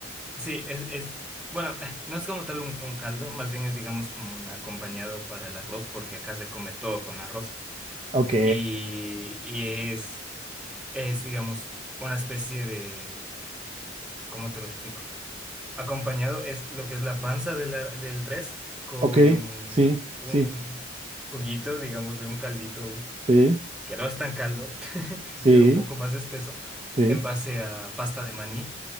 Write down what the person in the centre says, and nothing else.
sí, es, es bueno, <laughs> eh, no es como tal un, un caldo, más bien es digamos como un acompañado para el arroz, porque acá se come todo con arroz.
Y, y es, es, digamos, una especie de, ¿cómo te lo explico? Acompañado es lo que es la panza de la- del res con
un
juguito, digámosle un caldito,
que no es tan caldo, <laughs>
es un poco más espeso,
en base a pasta de maní,